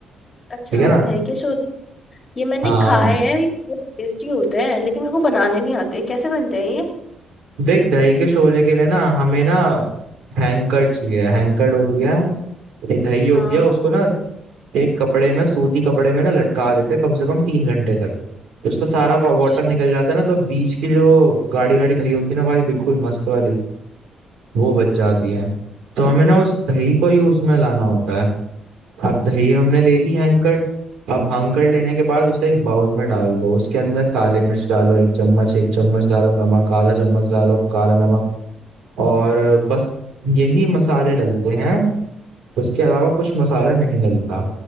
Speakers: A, on the left; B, on the right.
A: अच्छा
B: ठीक है
A: हाँ
B: ना
A: दही के छोले ये मैंने
B: हाँ
A: खाए हैं ये बहुत टेस्टी होते हैं लेकिन मेरे को बनाने नहीं आते कैसे बनते हैं ये
B: देख दही के शोले के लिए ना हमें ना हैंकर चाहिए हैंकर होती है ये दही होती
A: हाँ
B: है उसको ना एक कपड़े में सूती कपड़े में ना लटका देते हैं कम से कम तीन घंटे तक तो उसका सारा वाटर
A: अच्छा
B: निकल जाता है ना तो बीच की जो गाढ़ी गाढ़ी दही होती है ना भाई बिल्कुल मस्त वाली वो बच
A: हम्म,
B: जाती है तो हमें ना उस दही को ही उसमें लाना होता है अब दही हमने ले ली हैंकर अब हैंकर लेने के बाद उसे एक बाउल में डाल दो उसके अंदर काली मिर्च डालो एक चम्मच एक चम्मच डालो नमक आधा चम्मच डालो काला नमक और बस यही मसाले डलते हैं उसके अलावा कुछ मसाला नहीं डलता